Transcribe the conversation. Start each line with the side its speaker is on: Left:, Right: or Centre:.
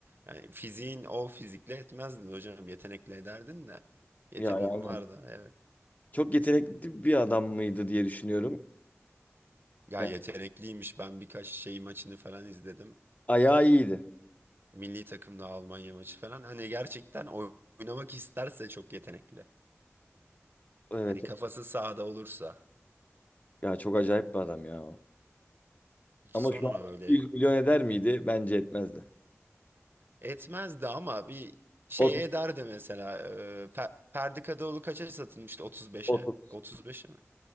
Right: Yani fiziğin o fizikle etmezdin hocam. Yetenekle ederdin de. Yeteneğim
Left: Ya ya, aynen.
Right: vardı evet.
Left: çok yetenekli bir adam mıydı diye düşünüyorum.
Right: Ya
Left: Yani
Right: yetenekliymiş. Ben birkaç şey maçını falan izledim.
Left: ayağı iyiydi.
Right: Milli takımda Almanya maçı falan. Hani gerçekten oy- oynamak isterse çok yetenekli.
Left: Evet.
Right: Hani kafası sahada olursa.
Left: Ya çok acayip bir adam ya.
Right: Hiç
Left: Ama
Right: sorma
Left: şu an
Right: böyle
Left: 100 milyon eder miydi? Bence etmezdi.
Right: Etmezdi ama bir şey
Left: 30,
Right: ederdi mesela. E, Fer- Ferdi Kadıoğlu kaça satılmıştı? 35'e.
Left: 30,
Right: 35'e mi?